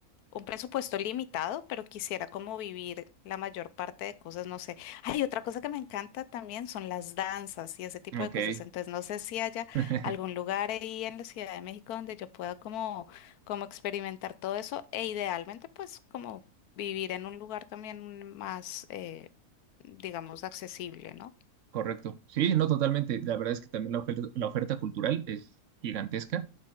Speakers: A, on the left (about 85°); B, on the right (about 65°).
A: un presupuesto limitado, pero quisiera como vivir la mayor parte de cosas, no sé. Hay otra cosa que me encanta también son las danzas y ese tipo
B: Ok.
A: de cosas. Entonces, no sé si haya
B: <laughs>
A: algún lugar ahí en la Ciudad de México donde yo pueda como, como experimentar todo eso e idealmente pues como vivir en un lugar también más, eh, digamos, accesible, ¿no?
B: Correcto. Sí, no totalmente. La verdad es que también la oferta, la oferta cultural es gigantesca.